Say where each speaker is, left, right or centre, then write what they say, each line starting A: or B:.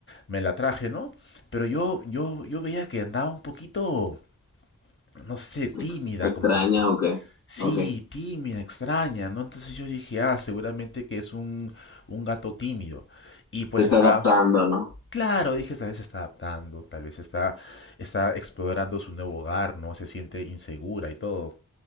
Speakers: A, on the left; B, on the left.
A: me la traje, ¿no? Pero yo, yo, yo veía que andaba un poquito, no sé, tímida,
B: Ex- ¿Extraña
A: como que se...
B: o qué?
A: Sí,
B: Ok.
A: tímida, extraña, ¿no? Entonces yo dije, ah, seguramente que es un, un gato tímido. Y pues
B: Se está
A: está,
B: adaptando, ¿no?
A: claro, dije, tal vez se está adaptando, tal vez está, está explorando su nuevo hogar, ¿no? Se siente insegura y todo.